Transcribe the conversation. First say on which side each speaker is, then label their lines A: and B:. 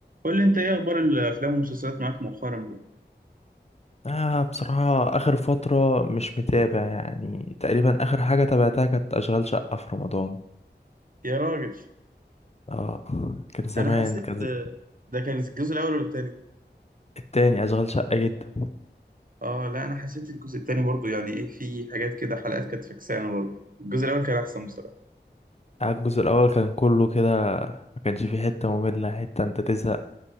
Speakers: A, on the right; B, on the left.
A: قول لي انت ايه اخبار الافلام والمسلسلات معاك مؤخرا بقى
B: آه بصراحة آخر فترة مش متابع يعني تقريبا آخر حاجة تابعتها كانت أشغال شقة في رمضان
A: يا راجل
B: آه كان زمان
A: انا حسيت
B: كان ز-
A: آه، ده كان الجزء الاول ولا التاني
B: التاني أشغال شقة جدا
A: اه لا انا حسيت الجزء التاني برضو يعني ايه في حاجات كده حلقات كانت فكسانه برضو الجزء الاول كان احسن بصراحه
B: آه، الجزء الأول كان كله كده ما كانش فيه حتة مملة حتة أنت تزهق